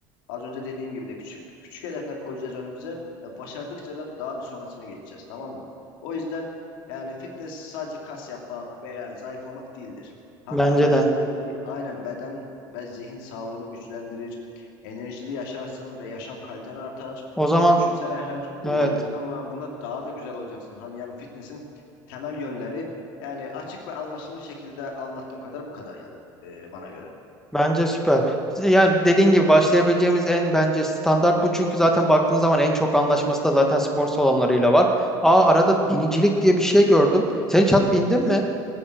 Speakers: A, on the left; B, in the centre.
A: az önce dediğim gibi de küçük küçük hedefler koyacağız önümüze. E, başardıkça da daha bir sonrasına geçeceğiz tamam mı? O yüzden yani fitness sadece kas yapmak veya zayıflamak değildir. Hatta
B: Bence
A: beden
B: de.
A: ve zi- aynen beden ve zihin sağlığını güçlendirir. Enerjili yaşarsın ve yaşam kaliten artar.
B: O zaman
A: Düşünsene her e,
B: evet
A: uykudan uyandığında daha da güzel olacaksın. Hadi yani fitness'in temel yönleri yani açık ve anlaşılır şekilde anlattığım kadar bu kadar yani e, bana göre.
B: bence süper. Yani dediğin gibi başlayabileceğimiz en bence standart bu. Çünkü zaten baktığın zaman en çok anlaşması da zaten spor salonlarıyla var. Aa arada binicilik diye bir şey gördüm. Sen hiç at bindin mi?